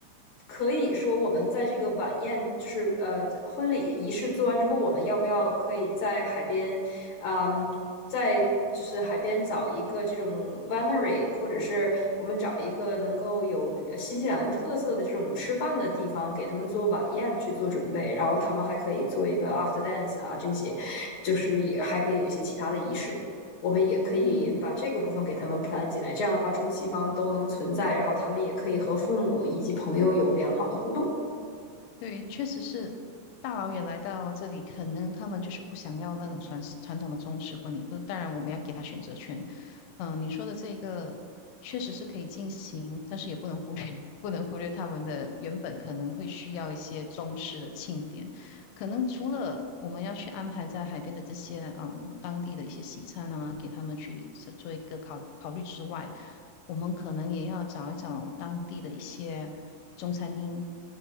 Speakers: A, on the left; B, on the left.
A: 可以说，我们在这个晚宴，就是呃婚礼仪式做完之后，我们要不要可以在海边，啊嗯，在就是海边找一个这种 winery，或者是我们找一个能够有呃新西兰特色的这种吃饭的地方，给他们做晚宴去做准备，然后他们还可以做一个 after dance 啊，这些就是也还可以有一些其他的仪式。我们也可以把这个部分给他们
B: 嗯。
A: plan 进来，这样的话中西方都能存在，然后他们也可以和父母以及朋友有良好的互动，
B: 对，确实是大老远来到这里，可能他们就是不想要那种传传统的中式婚礼。不是，当然我们要给他选择权。嗯、你说的这个确实是可以进行，但是也不能忽略，<laughs> 不能忽略他们的原本可能会需要一些中式的庆典。可能除了我们要去安排在海边的这些嗯当地的一些西餐啊，给他们去做做一个考考虑之外，我们可能也要找一找当地的一些中餐厅，